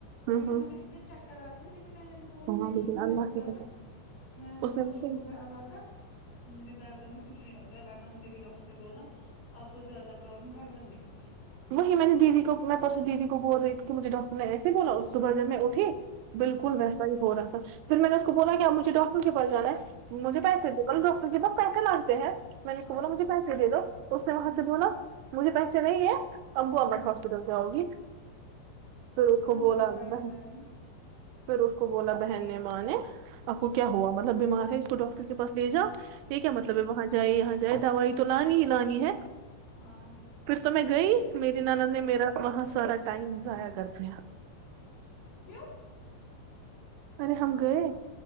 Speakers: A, on the right; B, on the left.
A: ہاں
B: لیکن
A: ہاں
B: ہمیں اتنے چکر آتے لیکن میں نے ان کو بولو نہیں
A: ہاں
B: شکر
A: لیکن
B: ہے
A: اللہ
B: خدا
A: کی قسم
B: کا میں ان کو
A: اس
B: بولو
A: نے مجھ
B: شکر
A: سے
B: ہے اللہ کا مجھے گردن میں کچھ نہیں ہوتا ہے ورنہ مجھے بھی ڈاکٹر نے بولنا آپ کو زیادہ پروابلم گردن میں ہی ہے
A: وہی میں نے دیدی کو اپ پرسوں دیدی کو بول رہی تھی کہ مجھے ڈاکٹر نے ایسے بولا سبح جن
B: ہاں
A: میں اٹھی بالکل
B: ہاں
A: ویسا ہی ہو رہا تھا پھر میں نے اس کو بولا کہ اپ مجھے ڈاکٹر کے پس جانا ہے مجھے
B: ہوں
A: پیسے دا ڈٹر کی بس پیسے لگتے ہیں میں نے اس
B: ہاں
A: کو بولا
B: اور
A: مجھے
B: کیا
A: پیسے دے دو تو اس نے وہاں
B: ہوں
A: سے بولا مجھے پیسے نہیں ہے امبو ا
B: ہوں
A: بٹ ہاسپٹل کے آؤگی پھر اس
B: وہاں
A: کو
B: سے
A: بولا
B: دوائی نہیں
A: میں
B: لانی
A: پھر اس کو بولا بہن نے ماں نے آپ کو کیا ہوا مطلب بیمار ہے اس کو ڈاکٹر کے پاس لے جاؤ یہ کیا
B: ہ
A: مطلب ہے وہاں جائے یہاں جائے دوائی تو لانی ہی لانی ہے
B: ہاں
A: پھر تو میں گئی میری ناند
B: ہ
A: نے میرا بہت سارا ٹائم ضائع کر دیا
B: کیوں
A: ارے ہم گئے